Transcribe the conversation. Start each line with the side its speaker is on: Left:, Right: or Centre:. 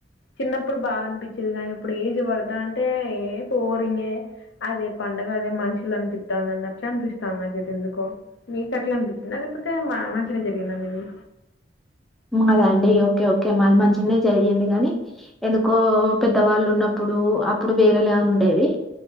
Left: చిన్నప్పుడు బాగా అనిపించేది గానీ ఇప్పుడు ఏజ్ పడ్తాంటే ఏ పోరింగే అదే పన్ డగా అదే మనుషుల్ అన్పితాంద్ అన్నట్లు అనిపిస్తాంది నాకైతే ఎందుకో మీకట్ల అనిపించిందా లేకపోతే మా మంచిగనే జరిగిందా మీది?
Centre: మాద అండి ఓకే ఓకే మాది మంచిగనే జరిగింది గనీ ఎందుకో పెద్దవాళ్ళు ఉన్నప్పు ఇప్పుడు అప్పుడు వేరేలా ఉండేది.